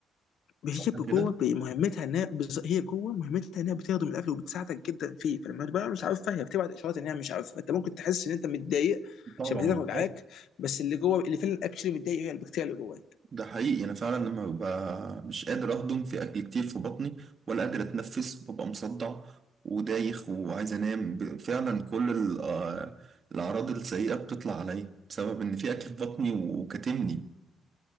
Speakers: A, on the left; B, on the right.
A: هي
B: صح
A: جوه
B: كده؟
A: بمهمتها انها بز- هي جوه مهمتها انها بتخدم الاكل وبتساعدك جدا فيه فلما تبقى مش عارفها هي بتبعت اشارات انها مش عارفه انت ممكن تحس ان انت متضايق
B: طبعا
A: عشان معدتك وجعاك بس اللي جوه اللي فعلا اكشلي متضايق هي البكتيريا اللي جواك
B: ده حقيقي انا فعلا لما ببقى مش قادر اهضم في اكل كتير في بطني ولا قادر اتنفس ببقى مصدع ودايخ وعايز انام ب- فعلا كل ال- آه، الاعراض السيئه بتطلع عليا بسبب ان في اكل في بطني و- وكاتمني